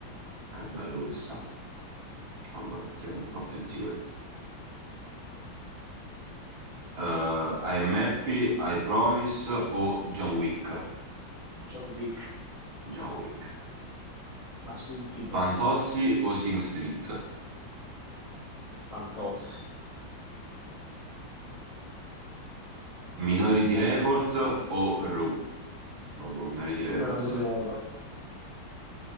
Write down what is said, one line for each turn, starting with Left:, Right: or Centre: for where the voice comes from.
Right: È bello questo.
Left: Gaza.
Right: Vabbè, mettiamo il Coffee and Cigarettes. Eh, I'm Happy, I Promise o John Wick?
Left: John Wick,
Right: John Wick.
Left: ma subito.
Right: Fantozzi o Sing Street?
Left: Fantozzi.
Right: Minority
Left: Fantozzi.
Right: Report o Raw? Vabbè, Minority Report.
Left: Me lo ritirerei